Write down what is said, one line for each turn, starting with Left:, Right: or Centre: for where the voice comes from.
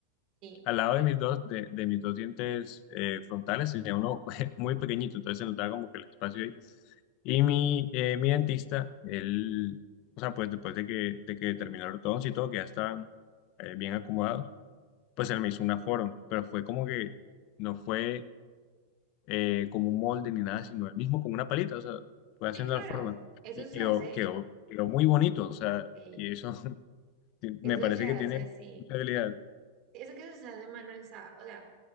Right: Sí,
Left: Al lado de mis dos, de, de mis dos dientes eh, frontales tenía uno <laughs> muy pequeñito, entonces se notaba como que el espacio ahí. Y mi, eh, mi dentista, él, o sea, pues después de que, de que terminaron todos y todo, que ya estaban eh, bien acomodados, pues él me hizo una forma, pero fue como que no fue eh, como un molde ni nada, sino el mismo con una palita, o sea, fue haciendo
Right: sí, claro,
Left: la forma.
Right: eso
Left: Y
Right: se
Left: quedó,
Right: hace,
Left: quedó, quedó muy bonito, o sea,
Right: eh,
Left: y eso <laughs>
Right: eso
Left: me parece
Right: se hace
Left: que tiene
Right: así.
Left: mucha habilidad.
Right: Eso que se hace mano Sa- o sea,